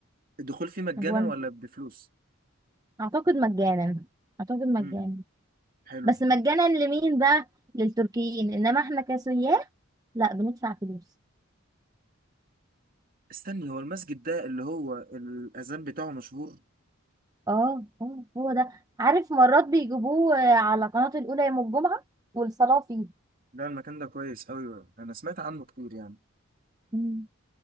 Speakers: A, on the right; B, on the right.
A: الدخول فيه مجانا
B: هو أنا
A: ولا بفلوس
B: اعتقد مجانا اعتقد مجانا
A: امم حلو
B: بس مجانا لمين بقى للتركيين انما احنا كسياح لا بندفع فلوس
A: استني هو المسجد ده اللي هو الأذان بتاعه مشهور
B: اه اه هو ده عارف مرات بيجيبوه آه، على قناة الأولى يوم الجمعة والصلاة فيه
A: ده المكان ده كويس قوي انا سمعت عنه كتير يعني
B: مم.